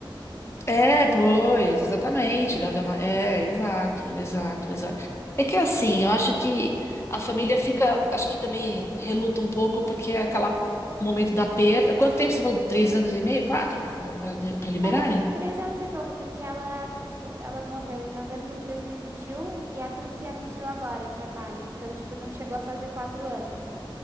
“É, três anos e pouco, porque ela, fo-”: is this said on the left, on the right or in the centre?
Right